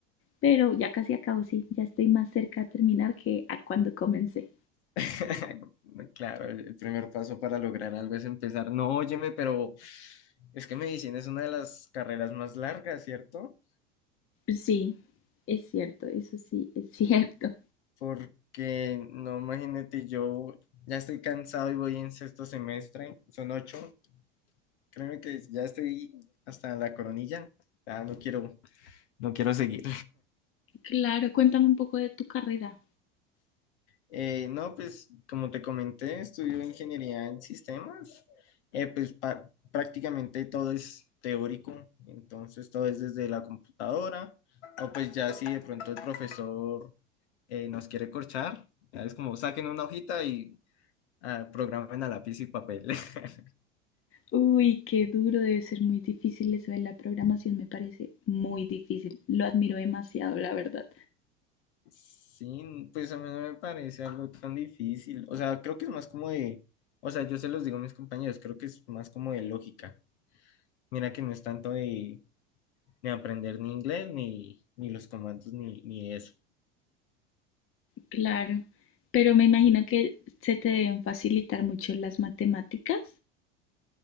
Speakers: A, on the left; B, on the left.
A: pero ya casi acabo, sí, ya estoy más cerca de terminar que a cuando comencé.
B: <laughs> Claro, el el primer paso para lograr algo es empezar. No, óyeme, pero es que medicina es una de las carreras más largas, ¿cierto?
A: Sí, es cierto, eso sí, es <laughs> cierto.
B: porque no, imagínate, yo ya estoy cansado y voy en sexto semestre, son ocho, créeme que ya estoy hasta la coronilla, ya no quiero, no quiero seguir.
A: Claro, cuéntame un poco de tu carrera.
B: Eh, no, pues como te comenté, estudio ingeniería en sistemas, eh, pues pa- prácticamente todo es teórico, entonces todo es desde la computadora, o pues ya si de pronto el profesor eh, nos quiere corchar, ya es como saquen una hojita y ah, programen a lápiz y papel. <laughs>
A: Uy, qué duro, debe ser muy difícil eso de la programación, me parece muy difícil. Lo admiro demasiado, la verdad.
B: Sí, pues a mí no me parece algo tan difícil. O sea, creo que es más como de, o sea, yo se los digo a mis compañeros, creo que es más como de lógica. Mira que no es tanto de, ni aprender ni inglés, ni, ni los comandos, ni, ni eso.
A: Claro, pero me imagino que se te deben facilitar mucho las matemáticas.